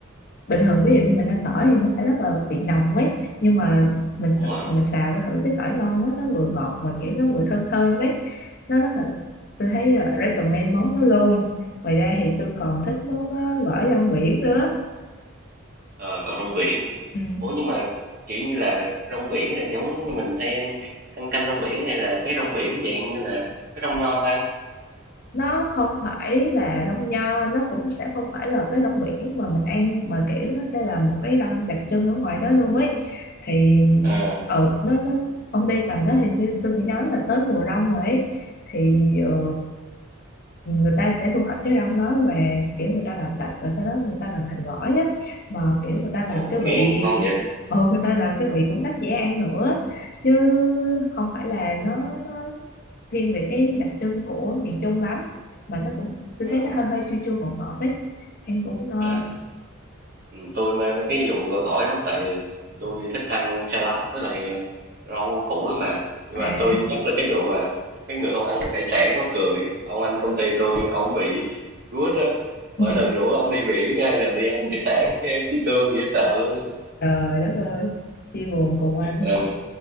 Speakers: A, on the left; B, on the right.
A: bình thường ví dụ như mình ăn tỏi thì nó sẽ rất là bị nồng ấy nhưng mà mình s-
B: Đúng rồi.
A: mình xào với thử cái tỏi non á nó vừa ngọt mà kiểu nó vừa thơm thơm ấy nó rất là tôi thấy là recommend món đó luôn ngoài ra thì tôi còn thích món ờ, gỏi rong biển nữa
B: Ờ còn rong biển.
A: ừ.
B: Ủa nhưng mà kiểu như là rong biển là giống như mình hay ăn ăn canh rong biển hay là cái rong biển dạng như là cái rong nho ta?
A: nó không phải là đông nho nó cũng sẽ không phải là cái rong biển mà mình ăn mà kiểu nó sẽ là một cái rong đặc trưng ở ngoài đó luôn ấy thì
B: Ờ.
A: ừ, nó nó ông đi tầm đó hình như tôi nhớ là tới mùa rong rồi ấy thì ờ, người ta sẽ thu hoạch cái rong đó và kiểu người ta làm sạch rồi sau đó người ta làm thành gỏi á mà kiểu người ta
B: Ồ
A: làm cái
B: nghe
A: vị
B: ngon vậy.
A: ờ người ta làm cái vị cũng rất dễ ăn nữa chứ không phải là nó nó thiên về cái đặc trưng của miền Trung lắm mà nó cũng tôi
B: Ờ
A: thấy nó hơi hơi chua chua ngọt ngọt ấy ăn cũng ngon
B: À, ừ, tôi mê mấy cái vụ gỏi gỏi lắm tại vì tôi thích ăn salad với lại à, rau củ lắm mà nhưng
A: à
B: mà tôi nhắc tới cái vụ mà cái người không ăn được hải sản mắc cười ông anh công ty tôi ông bị gút á
A: ừ.
B: mỗi lần rủ ông đi biển hay là đi ăn hải sản thấy thấy thương dễ sợ luôn
A: trời đất ơi chia buồn cùng anh
B: ờ